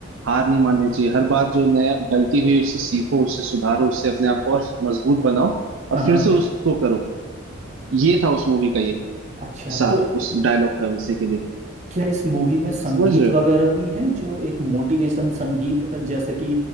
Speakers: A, on the right (about 70°); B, on the right (about 35°).
A: हार नहीं माननी चाहिए हर बार जो नया गलती हुई उससे सीखो उससे सुधारो उससे अपने आप को और मजबूत बनाओ और
B: हाँ हाँ
A: फिर से उसको करो ये था उस मूवी का ये
B: अच्छा
A: सार
B: तो
A: उस डायलॉग का विषय के लिए
B: क्या इस मूवी में संगीत
A: समझ रहे
B: वगैरह
A: हो
B: भी है जो एक मोटिवेशन संगीत जैसे कि